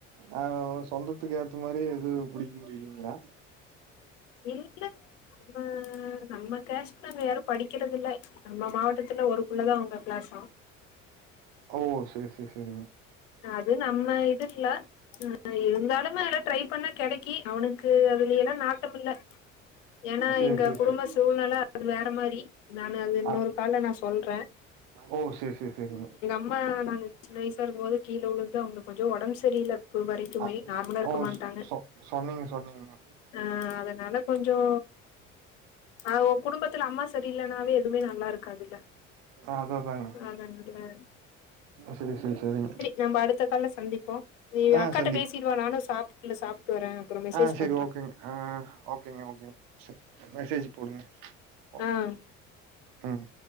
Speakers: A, on the right; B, on the left.
A: ஆ சொந்தத்துக்கு ஏத்த மாரி எது புடிக்க முடியலங்ளா
B: இல்ல நம்ம நம்ம கஸ்ட் நாங்க யாரு படிக்கிறத இல்ல நம்ம மாவட்டத்துல ஒருக்குள்ளதா உங்க கிளாஸ்சா
A: ஓ சேரி சேரி சேரிங்க
B: அது நம்ம இது இல்ல இருந்தாலுமே எல்லா ட்ரை பண்ணா கெடைக்கி அவனுக் க்கு அதுல ஏனா நாட்டம் இல்ல ஏனா
A: சேரி
B: எங்க
A: சேரி
B: குடும்ப
A: சேரி
B: சூழ்நில அது வேற மாரி இருந்தாலு அது இன்னொரு
A: அ
B: கால்ல நா சொல்ற
A: ஓ சேரி சேரி சேரி சேரிங்க
B: அம்மா நாங்க சின்ன வயசா இருக்கும்போது கீழே வுழுந்து அவுங்களுக்கு கொஞ்சோ உடம்பு சரியில்ல இப்ப வரைக்குமே
A: அ
B: நார்மலா இருக்க
A: ஓ
B: மாட்டாங்க
A: சொ சொன்னீங்க சொன்னீங்க
B: அ அதனால கொஞ்சோ அ ஒ குடும்பத்தில அம்மா சரி இல்லனாவே எதுமே நல்லா இருக்காது இல்ல
A: அத தாங்க
B: ஆதன்டிவேர்
A: சேரி சேரி சேரிங்க
B: நம்ம அடுத்த கால்ல சந்திப் அப்போ நீ
A: ஆ
B: அக்காட்ட
A: சந்திக்
B: பேசிடுவான நானு சாப்ட்டு சாப்டு வரே அப்ரோ மெசேஜ்
A: ஆ சேரி
B: பண்ற
A: ஓகேங்க ஆ ஓகேங்க ஓகேங்க மெசேஜ் போடுங்க ஓ
B: ஆ
A: ம்